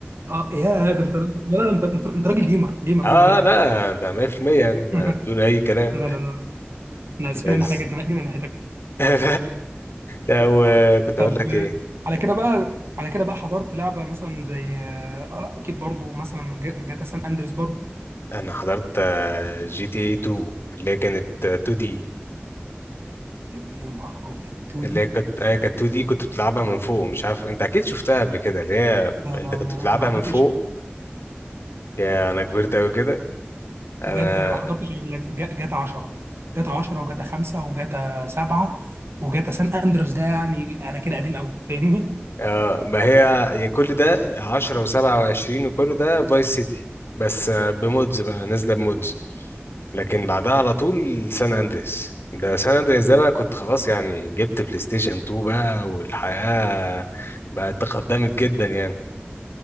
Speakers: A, on the right; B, on the left.
A: اه يا ده انت لا لا انت انت انت راجل جيمر جيمر
B: اه
A: جيمر يعني
B: لا ده 100% يعني
A: <laughs>
B: ما
A: لا
B: بدون اي كلام
A: لا لا لا. احنا اسفين
B: بس
A: ان احنا جينا جينا ناحيتك
B: <laughs> لا لا وكنت
A: <laughs>
B: اقول
A: طب
B: لك
A: آه،
B: ايه
A: على كده بقى على كده بقى حضرت لعبه مثلا زي اه آه، لا اكيد برضو مثلا جا- جاتا سان اندريس برضو
B: انا حضرت آه، جي تي اي 2 اللي هي كانت 2 دي
A: يا نهار ابيض 2
B: اللي
A: دي
B: هي كانت آه، كانت 2 دي كنت بتلعبها من فوق مش عارف انت اكيد شفتها قبل كده اللي هي
A: لا
B: انت
A: لا
B: كنت
A: انا
B: بتلعبها
A: أنا ما حضرتش
B: من فوق يا انا كبرت قوي كده انا
A: بجد انا ما حضرتش غير لج- جا- جاتا 10 جاتا 10 وجاتا 5 وجاتا 7 وجاتا سان اندرس ده يعني انا كده قديم قوي فاهمني
B: آه ما هي يعني كل ده 10 و27 وكل ده فايس سيتي بس آه، بمودز بقى نازله بمودز لكن بعدها على طول سان اندريس ده سان اندريس ده بقى كنت خلاص يعني جبت بلاي ستيشن 2 بقى والحياة بقت تقدمت جدا يعني